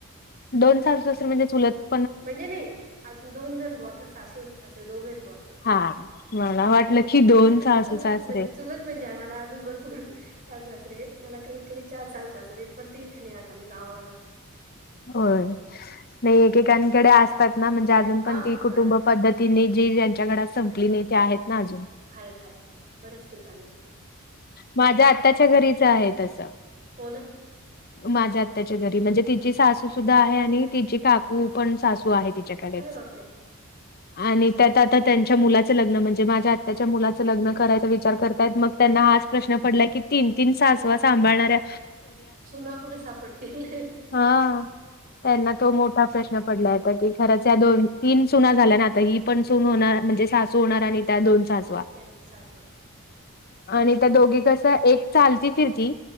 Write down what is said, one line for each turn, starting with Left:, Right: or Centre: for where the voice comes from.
Left: दोन तास सासू सासरे म्हणजे चुलतं
Right: म्हणजे नाहीं अजूंन दोन जणं बो सासू आणि सासरे दोघे आहेतं बो असं.
Left: हां मलां वाटलं की दोन
Right: नाही
Left: सासू
Right: चुलत
Left: सासरे
Right: म्हणजे
Left: आहेतं.
Right: चुलत म्हणजे आम्हांला अजूंन भरपूंर सासू साजरे आहेतं मलां कमित कमी चार सासू साजरे आहेतं पणं ते इथं नाहीं राहतांत मी गावांवरं राहतो.
Left: होयं नाहीं एकेकांकडे असतांत नां म्हणजे अजूंन
Right: हा
Left: पणं ती
Right: हा
Left: कुटुंब
Right: हा
Left: पद्धतं तिने जी ज्यांच्या घरांत संपली नाहीं ते आहेतं नां अजूंन.
Right: आहेतं आहेतं आहेतं बऱ्यांच ठिकांणी
Left: माझ्यां आत्यांच्या घरीचं आहे तसं.
Right: हो ना
Left: माझ्यां आत्यांच्या घरी म्हणजे तिची सासू सुद्धां आहे आणि तिची काकू पणं सासू आहेतं. तिच्यांकडेचं.
Right: अरे <inaudible> <unintelligible>
Left: आणि त्यांत आंता त्यांच्या मुलांचं लग्नं म्हणजे माझ्यां आत्त्यांच्या मुलांचं लग्नं करायचा विचार करतायंत मगं त्यांनां हाचं प्रश्न पडलांय की तीनं तीनं सास वां सांभाळणांऱ्या
Right: सुनां कुठे सापडतील.
Left: हां. त्यांना तो मोठां प्रश्न पडलां आहे आंता की खरंच दोन तीनं सुना झाल्यांना झाल्यां नां आंता ही पणं सूंन होणारं म्हणजे सासू होणारं आणि त्यां दोन सासू
Right: त्यांचं सासू.
Left: आणि त्यां दोघी कसं एक चालती फिरती